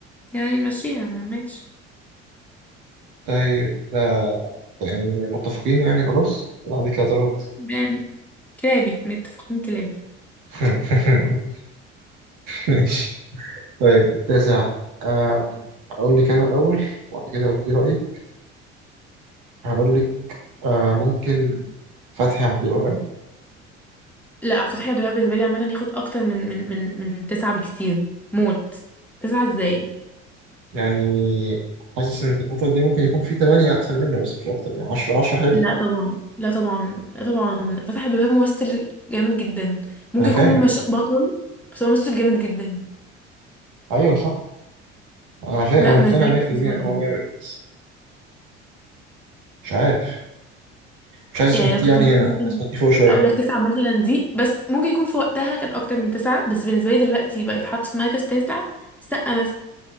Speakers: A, in the centre; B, on the right.
A: يعني نمشيها ما- ماشي
B: طيب ده ده يعني متفقين يعني خلاص ولا عندك اعتراض
A: يعني كلابي متفقين كلابي
B: <laughs> ماشي طيب التاسع آم، أقول لك أنا الأول وبعد كده أقول لي رأيي هقول لك آه، ممكن فتحي عبد الوهاب
A: لا فتحي عبد الوهاب بالنسبه لي عامه ياخد اكتر من من من من تسعة بكتير موت تسعة ازاي
B: يعني حاسس إن في الفترة دي ممكن يكون في تمانية أحسن منه بس مش أكتر يعني عشرة عشرة حلو
A: لا طبعا لا طبعا لا طبعا فتحي عبد الوهاب ممثل جامد جدا ممكن
B: أنا فاهم
A: يكون مش بطل بس هو ممثل جامد جدا
B: أيوه صح أنا فاهم
A: لا
B: أنا مقتنع
A: مش زي
B: 100%
A: تسعة
B: إن
A: طبعا
B: هو جامد بس مش عارف مش عايز
A: يعني
B: تحطيه
A: انا كنت
B: يعني
A: ممكن
B: هنا
A: مثلا
B: عايز تحطيه فوق شوية
A: اقول لك تسعة مثلا دي بس ممكن يكون في وقتها كان اكتر من تسعة بس بالنسبه لي دلوقتي بقى يتحط في مركز تاسع سقا مثلا